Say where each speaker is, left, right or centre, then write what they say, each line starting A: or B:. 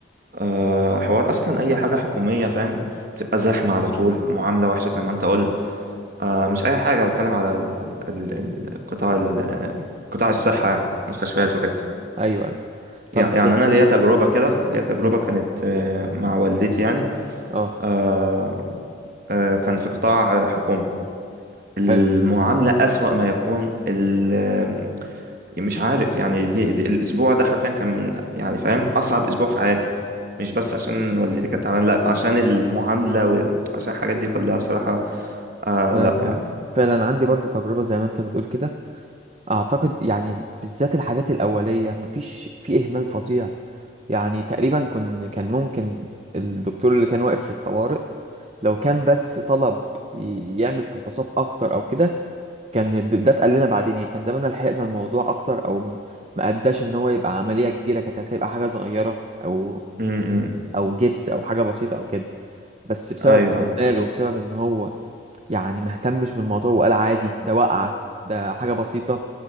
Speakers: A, on the right (about 50°); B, on the right (about 35°).
A: آه حوار اصلا اي حاجة حكومية فاهم بتبقى زحمة على طول معاملة وحشة زي ما انت قلت آه مش أي حاجة بتكلم على ال- ال- ال- قطاع ال- قطاع الصحة يعني مستشفيات
B: أ-
A: وكده
B: ايوه ايوه
A: يع-
B: طب
A: يعني أنا ليا تجربة كده ليا تجربة
B: مم.
A: كانت آه، مع والدتي يعني
B: اه
A: آه آه كان في قطاع آه، حكومي المعاملة
B: حلو
A: أسوأ ما يكون ال- مش عارف يعني دي, دي الأسبوع ده حرفيا كان من- يعني فاهم أصعب أسبوع في حياتي مش بس عشان والدتي كانت تعبانة لأ عشان المعاملة وعشان الحاجات دي كلها بصراحة آه
B: أنا
A: لأ
B: فعلا
A: يعني
B: فعلا عندي برضو تجربة زي ما انت بتقول كده اعتقد يعني بالذات الحاجات الاولية مفيش في اهمال فظيع يعني تقريبا كن كان ممكن الدكتور اللي كان واقف في الطوارئ لو كان بس طلب ي- يعمل فحوصات اكتر او كده كان د- ده اتقال لنا بعدين يعني كان زماننا لحقنا الموضوع اكتر او م- ما اداش ان هو يبقى عملية كبيرة كانت هتبقى حاجة صغيرة او
A: م -م.
B: او جبس او حاجة بسيطة او كده بس بسبب
A: أيوه
B: ماله وبسبب ان هو يعني ما اهتمش بالموضوع وقال عادي ده وقعة ده حاجة بسيطة